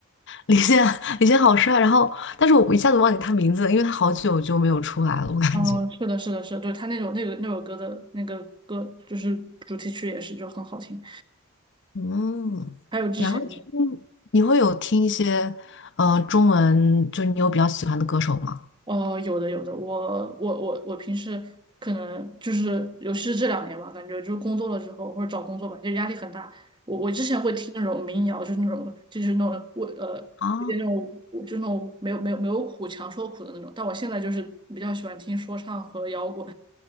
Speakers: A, on the left; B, on the right.
A: 李现，<laughs> 李现好帅。然后，但是我一下子忘记他名字了因为他好久就没有出来了，我感觉。
B: 嗯，是的，是的，是的，对，他那首那个那首歌的那个歌，就是主题曲也是就很好听。
A: 嗯，
B: 还有之前的，
A: 然后听你会有听一些呃中文，就你有比较喜欢的歌手吗？
B: 哦，有的有的，我我我我平时可能就是，尤其是这两年吧，感觉就是工作了之后或者找工作吧，就压力很大。我我之前会听那种民谣，就是那种就是那种我呃有点那种就那种没有没有没有苦强说苦的那种，
A: 啊，
B: 但我现在就是比较喜欢听说唱和摇滚。